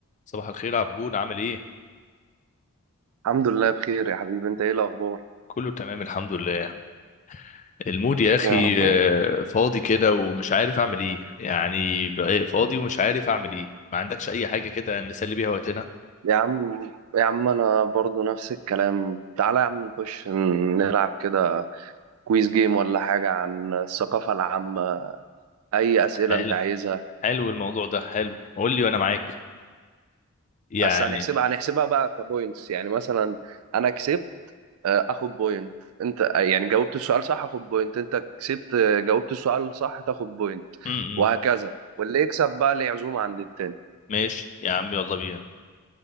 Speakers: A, on the left; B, on the right.
A: صباح الخير عبود عامل ايه
B: الحمد لله بخير يا حبيبي انت ايه الاخبار
A: كله تمام الحمد لله المود يا اخي
B: يا رب يا
A: آه،
B: رب.
A: فاضي كده ومش عارف اعمل ايه يعني بقى فاضي ومش عارف اعمل ايه ما عندكش اي حاجه كده نسلي بيها وقتنا
B: يا عم يا عم انا برضو نفس الكلام تعالى يا عم نخش نلعب كده كويز جيم ولا حاجة عن الثقافة العامة اي اسئلة
A: حلو
B: انت عايزها
A: حلو الموضوع ده حلو قول لي وانا معاك يعني
B: بس هنحسبها هنحسبها بقى كبوينتس يعني مثلا انا كسبت آه، اخد بوينت انت آه، يعني جاوبت السؤال صح اخد بوينت انت كسبت آه، جاوبت السؤال صح تاخد بوينت
A: امم
B: وهكذا واللي يكسب بقى ليه عزومة عند التاني
A: ماشي يا عم يلا بينا